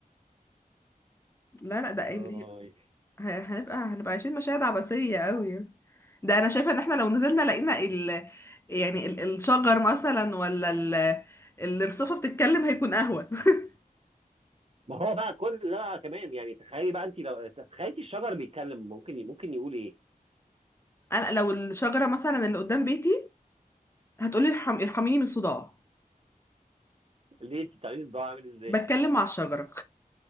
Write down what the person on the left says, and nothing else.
لا لا ده قايم
ه- هنبقى هنبقى عايشين مشاهد عبثية قوي ده انا شايفة ان احنا لو نزلنا لقينا ال يعني ال- الشجر مثلا ولا ال الرصافة بتتكلم هيكون اهون <laughs>
انا لو الشجرة مثلا اللي قدام بيتي هتقولي ارحم ارحميني من الصداع
بتكلم مع الشجرة